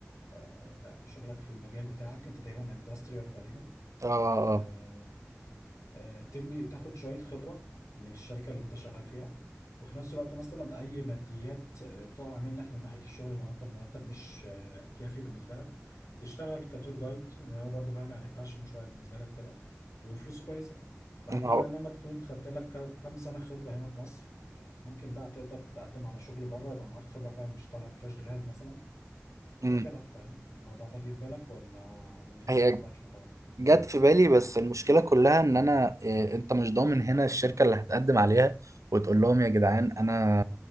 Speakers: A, on the left; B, on the right.
A: آه، يعني شغلك في المجال بتاعك انت تقريبا اندستريال تقريبا
B: اه اه
A: آه، آه، تبني تاخد شوية خبرة من الشركة اللي انت شغال فيها وفي نفس الوقت مثلا اي ماديات آه، تقع منك من ناحية الشغل لو انت المرتب مش آه، كافي بالنسبة لك تشتغل كتور جايد لان هو برضه فاهم يعني باشن شوية بالنسبة لك وكده وفلوسه كويسة بعد
B: آه.
A: كده بقى لما تكون خدت لك ك- كام سنة خبرة هنا في مصر ممكن بقى تقدر تقدم على شغل بره يبقى معاك خبرة فاهم مش طالع فريش جراد مثلا وكده
B: مم.
A: فاهم الموضوع ده جه في بالك ولا ولا لسه
B: هي
A: ما فكرتش في الحوار؟
B: جت في بالي بس المشكلة كلها ان انا آه، انت مش ضامن هنا الشركة اللي هتقدم عليها وتقول لهم يا جدعان انا